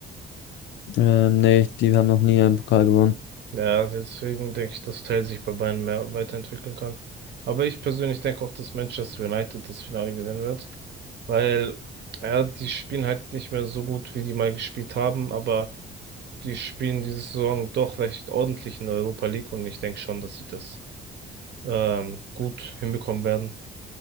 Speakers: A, on the left; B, on the right.
A: Ähm, nee, die haben noch nie einen Pokal gewonnen.
B: Ja, deswegen denke ich, dass Tell sich bei Bayern mehr weiterentwickeln kann. Aber ich persönlich denke auch, dass Manchester United das Finale gewinnen wird. Weil, ja, die spielen halt nicht mehr so gut, wie die mal gespielt haben, aber die spielen diese Saison doch recht ordentlich in der Europa League und ich denke schon, dass sie das ähm, gut hinbekommen werden,